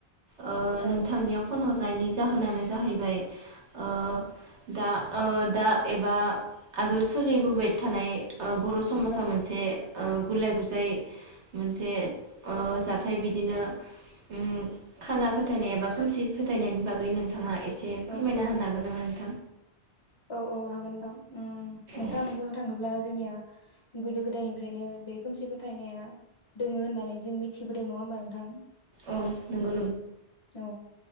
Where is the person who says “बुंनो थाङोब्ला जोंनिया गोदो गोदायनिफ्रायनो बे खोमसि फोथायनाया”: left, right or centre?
Left